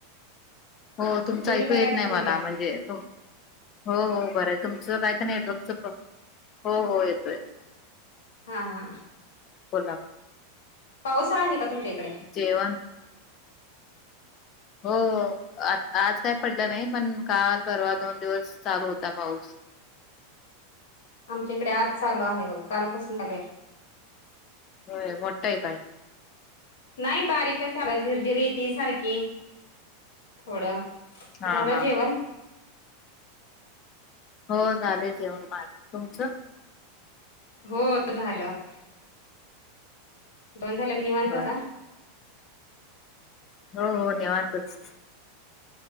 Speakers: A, on the left; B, on the left.
A: हो तुमचं
B: तुम्ही
A: ऐकू
B: बऱ्या
A: येत
B: आहेत
A: नाही
B: का म्हटलं
A: मला म्हणजे तुम्ही हो हो बरं आहे तुमचं काही तर नाही बघ हो हो येतोय
B: हा.
A: बोला.
B: पावसा आहे का तुमच्या इकडे?
A: जेवण. हो आ आज काही पडलं नाही पण काल परवा दोन दिवस चालू होता पाऊस.
B: आमच्या इकडे आज चालू आहे बघ कालपासून चालूय.
A: होय मोठं आहे का.
B: नाही बारीक सार झिरझिरी येते सारखी थोडं.
A: हा
B: झालं
A: हा
B: जेवण?
A: हो झालेचेऊन माग तुमचं.
B: हो झालं. दोन झाले प निवनतात.
A: बर हो हो निेवातच.